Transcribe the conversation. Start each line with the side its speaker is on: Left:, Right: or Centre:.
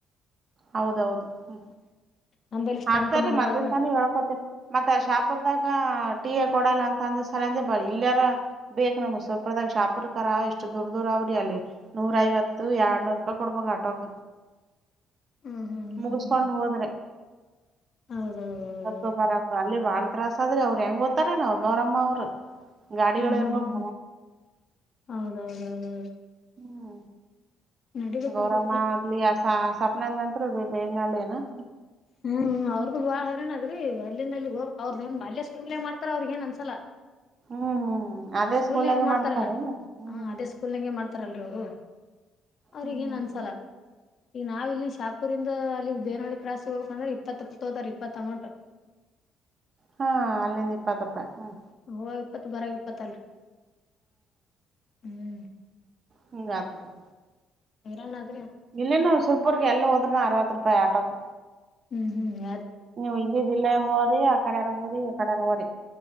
Right: ಹೌದೌದು, ಹ್ಮ್
Left: ನಂಬಲ್ಲಿ ಸ್ಟ್ರೆಂತ್ನು
Right: ಹಾಕ್ತಾರೀ
Left: ಬಾಳ
Right: ಮದ್ನ್
Left: ಅದ
Right: ತಾನ ಹೇಳ್ಕೊತಿ ಮತ್ತ ಶಾಪುರ್ದಾಗ. ಟೀ ಕೊಡಲ್ಲ ಅಂತಅಂದ ಸಲಂದ ಇಲ್ಲಯಾರ ಬೇಕ ನಮ್ ಸುರಪುರದಗ, ಶಾಹಾಪುರ್ ಕರ ಇಷ್ಟು ದೂರ್, ದೂರ ಅವ್ರ ಅಲ್ಲಿ ನೂರ ಐವತ್ತು, ಎರಡ್ನೂರ್ ರೂಪಾಯಿ ಕೊಡ್ಬಕ್ ಆಟೋಕ.
Left: ಹ್ಮ್ ಹ್ಮ್ ಹ್ಮ್
Right: ಮುಗಿಸಕೊಂಡ್
Left: ಹ್ಮ್ ಹ್ಮ್
Right: ಹೋದ್ರೆ,
Left: ಹೌದೌದೌದು
Right: ಸೊ ಬರತ ಅಲ್ಲಿ <unintelligible> ಬಾಳ್ ತ್ರಾಸ ಆದ್ರಿಅವ್ರು ಹೆಂಗ ಓತಾರೇನ್ ಗೌರಮ್ಮ ಅವ್ರು. ಗಾಡಿಗಳು
Left: ಹ್ಮ್ ಹ್ಮ್
Right: ಇರ್ಬೇಕ
Left: ಹ್ಮ್ ಹ್ಮ್ ಹೌದೌದೌದೌದು
Right: ಹ್ಮ್,
Left: ನಡಿಬೇಕಲ್ರಿ
Right: ಗೌರಮ್ಮ ಆಗ್ಲಿ ಆಸ ಸ್ವಪ್ನಂದ ನಂತರು ಬೇ ನೆ <inaudible>
Left: ಹ್ಮ್, ಅವ್ರ್ದು ಬಾಳ್ ಹೈರಾಣ ಅದ್ರೀ ಅಲ್ಲಿಂದಲ್ಲಿ ಹೋಗಕ್, ಅವ್ರಏನ್ ಅಲ್ಯ ಸ್ಕೂಲ್ನಾಗ ಮಾಡ್ತಾರ ಅವ್ರಿಗೆ ಏನ್ ಅಂನಸಲ.
Right: ಹ್ಮ್ ಹ್ಮ್ ಅದೇ
Left: ಸ್ಕೂಲ್ನಾಗ
Right: ಸ್ಕೂಲಾಗೆ
Left: ಮಾಡ್ತಾರಲ್ಲ
Right: ಮಾಡಸ್ತಾರೇನ ಹ್ಮ್
Left: ಹ,
Right: ಹ್ಮ್
Left: ಅದೇ ಸ್ಕೂಲ್ನಾಗ ಮಾಡ್ತ ತಾರಲ್ರಿ ಅವರು ಅವ್ರಗ
Right: ಹ್ಮ್
Left: ಏನ್ ಅನ್ಸಲ್ಲ. ಈಗ ನಾವು ಇಲ್ಲಿ ಶಾಹಪುರಿಂದ ಅಲ್ಲಿ ಬೇನಹಳ್ಳಿ ಕ್ರಾಸಿಗಿ ಅಂದ್ರೆ ಇಪ್ಪತ್ತ ರೂಪಾಯಿ, ಇಪ್ಪತ್ತ ಅಮೌಂಟ್
Right: ಹಾ, ಅಲ್ಲಿಂದ ಇಪ್ಪತ ರೂಪಾಯಿ.
Left: ಒಗಇಪ್ಪತ್ತು ಬರೃ ಇಪ್ಪತ್ತಲಿ, ಹ್ಮ್
Right: ಹ್ಮ <unintelligible>
Left: ಹರಾಣ <unintelligible>
Right: ಇಲ್ಲನು ಸುಲ್ಪೂರ್ಗೆ ಎಲ್ಲಿ ಹೋದ್ರುನು ಅರವತ್ತು ರೂಪಾಯಿ ಆಟೋಕ್
Left: ಹ್ಮ್ ಹ್ಮ್ಯ
Right: ನೀವು್ ಇಲ್ಲದ ಇಲ್ಲೇ ಹೋರಿ ಆ ಕಡಾರ ಹೋರಿ ಆ ಕಡಾರ ಹೋರಿ